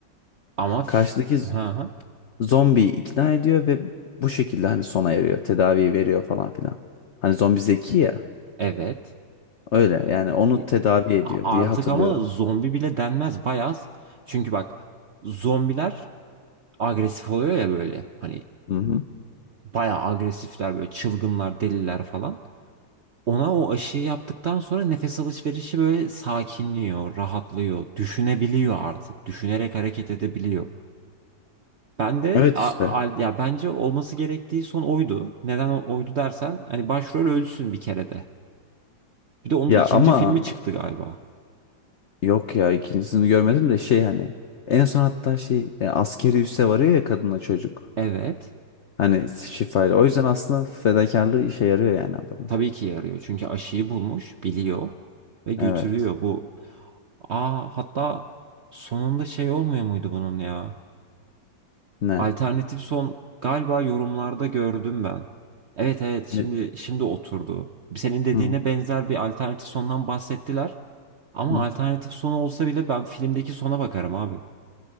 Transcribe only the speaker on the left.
Karşıdaki z-
zombiyi ikna ediyor ve bu şekilde hani sona eriyor, tedavi veriyor falan filan. Hani zombi zeki ya.
Öyle yani onu
tedavi ediyor
diye hatırlıyorum.
Hı hı.
Evet
işte.
Ya
ama
yok ya ikincisini görmedim de şey hani en son hatta şey e, askeri üsse varıyor ya kadınla çocuk.
Hani şifayla. O yüzden aslında fedakarlığı işe yarıyor yani adamın.
Evet.
Ne?
Ne?
Hı.
Hı.